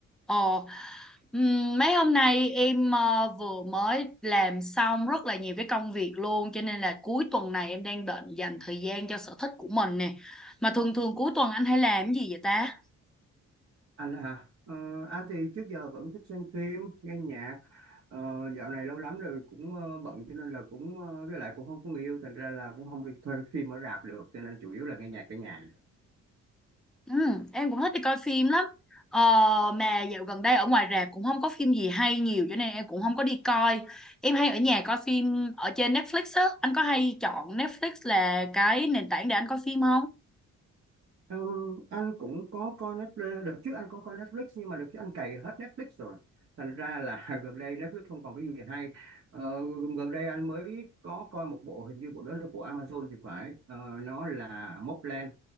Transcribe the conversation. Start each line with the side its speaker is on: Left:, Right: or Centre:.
Centre: Ồ, ừm, mấy hôm nay em ờ, vừa mới làm xong rất là nhiều cái công việc luôn cho nên là cuối tuần này em đang định dành thời gian cho sở thích của mình nè. Mà thường thường cuối tuần anh hay làm cái gì vậy ta?
Right: anh hả ờ, anh thì trước giờ vẫn thích xem phim nghe nhạc ờ, dạo này lâu lắm rồi cũng ờ, bận cho nên là cũng ờ, với lại cũng không có người yêu thành ra là cũng không đi coi phim ở rạp được cho nên chủ yếu là nghe nhạc ở nhà
Centre: Ừm, em cũng thích đi coi phim lắm. Ờ, mà dạo gần đây ở ngoài rạp cũng không có phim gì hay nhiều cho nên em cũng không có đi coi. Em hay ở nhà coi phim ở trên Netflix á. Anh có hay chọn Netflix là cái nền tảng để anh coi phim không?
Right: Ờ, anh cũng có coi Netflix đợt trước anh có coi Netflix nhưng mà đợt trước anh cày hết Netflix rồi thành ra là <laughs> gần đây Netflix không còn cái gì hay Ờ, gần đây anh mới có coi một bộ hình như bộ đó là của Amazon thì phải Ờ, nó là Mobland